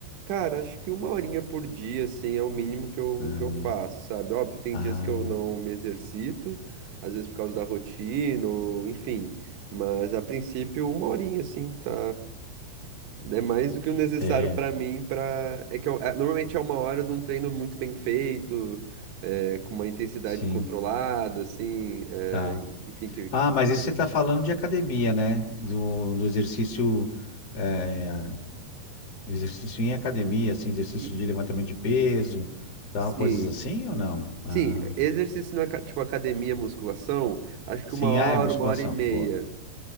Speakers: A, on the right; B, on the left.
A: Cara, acho que uma horinha por dia, assim, é o mínimo que eu,
B: Ah,
A: que eu faço, sabe? Óbvio, tem
B: ah,
A: dias que eu não me exercito, às vezes por causa da rotina, ou enfim. Mas a princípio, uma horinha, assim, tá. É mais do que o necessário
B: é,
A: pra mim para é que eu- é- normalmente é uma hora de um treino muito bem feito, é, com uma intensidade
B: sim,
A: controlada, assim, é,
B: tá.
A: enfim, que
B: Ah, mas isso você está falando de academia, né? Do, do exercício, é, exercício em academia, assim, exercício
A: e-
B: de levantamento de peso, tal,
A: sim,
B: coisas assim ou não? Ah,
A: sim, exercício na aca- tipo academia, musculação, acho que
B: sim,
A: uma hora,
B: ah, é musculação,
A: uma hora e meia.
B: boa.